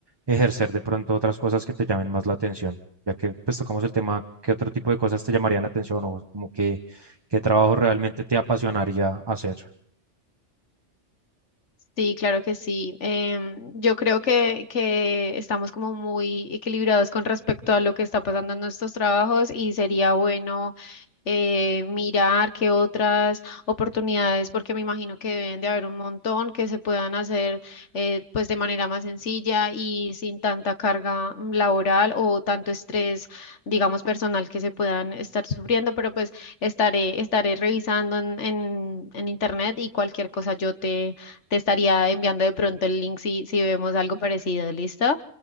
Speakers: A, on the right; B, on the left.
A: ejercer de pronto otras cosas que te llamen más la atención, ya que pues tocamos el tema, ¿qué otro tipo de cosas te llamarían la atención o como que qué trabajo realmente te apasionaría hacer?
B: Sí, claro que sí. Em, yo creo que, que estamos como muy equilibrados con respecto a lo que está pasando en nuestros trabajos y sería bueno eh, mirar qué otras oportunidades, porque me imagino que deben de haber un montón que se puedan hacer eh, pues de manera más sencilla y sin tanta carga mm, laboral o tanto estrés, digamos, personal que se puedan estar sufriendo, pero pues estaré, estaré revisando en, en, en internet y cualquier cosa yo te, te estaría enviando de pronto el link si, si vemos algo parecido, ¿listo?